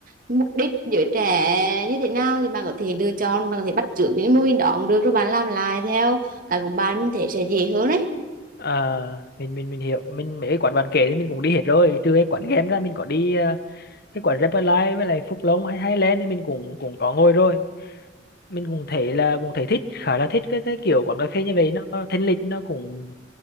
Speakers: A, on the right; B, on the left.
A: mục đích giới trẻ như thế nào thì bạn có thể lựa chọn bạn có thể bắt chước những mô hình đó cũng được rồi bạn làm lại theo cái của bạn mình thấy sẽ dễ hơn đấy
B: Ờ, mình mình mình hiểu mình mấy cái quán bạn kể thì mình cũng đi hết rồi trừ cái quán game ra mình có đi ờ, cái quán Repline với lại Phúc Long hay Highland thì mình cũng cũng có ngồi rồi mình cũng thấy là cũng thấy thích khá là thích cái cái kiểu quán cà phê như vậy nó thanh lịch nó cũng